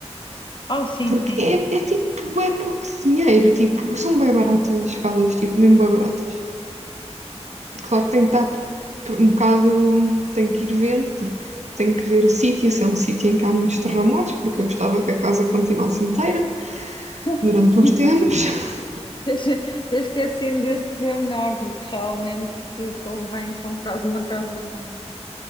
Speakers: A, on the left (about 45°); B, on the right (about 80°).
A: Ah, sim,
B: porque
A: sim.
B: é, é tipo bué pouco dinheiro, tipo, são bué baratas as casas, tipo, mesmo bué baratas. Claro que tenho que estar por- um bocado, tenho que ir vendo, porque tenho que ver o sítio, se é um sítio em que há muitos terremotos, porque eu gostava que a casa continuasse inteira
A: <laughs>
B: durante uns tempos. <laughs>
A: Eu esque- eu esqueci-me desse pormenor, porque realmente convém comprares uma casa num